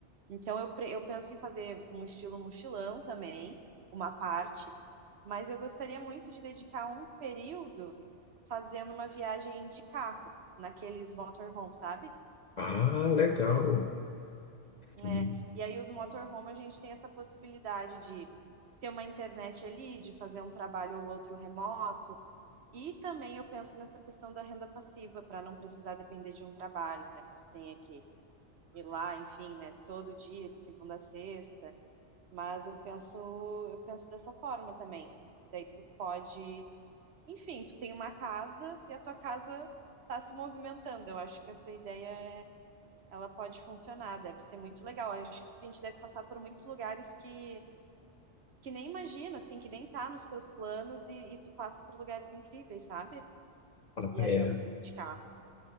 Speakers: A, on the right (about 65°); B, on the left (about 50°).
A: Então, eu, pre- eu penso em fazer um estilo mochilão também, uma parte, mas eu gostaria muito de dedicar um período fazendo uma viagem de carro, naqueles motorhome, sabe?
B: Ah, legal.
A: É,
B: Hum.
A: e aí, os motorhome, a gente tem essa possibilidade de ter uma internet ali, de fazer um trabalho ou outro remoto. E também eu penso nessa questão da renda passiva, para não precisar depender de um trabalho, né? Que tu tenha que ir lá, enfim, né? Todo dia, de segunda a sexta. Mas eu penso, eu penso dessa forma também. Daí tu pode, enfim, tu tem uma casa e a tua casa está se movimentando. Eu acho que essa ideia é- ela pode funcionar, deve ser muito legal. Eu acho que a gente deve passar por muitos lugares que que nem imagina, assim, que nem tá nos teus planos e, e tu passa por lugares incríveis, sabe? Viajando
B: é.
A: assim de carro.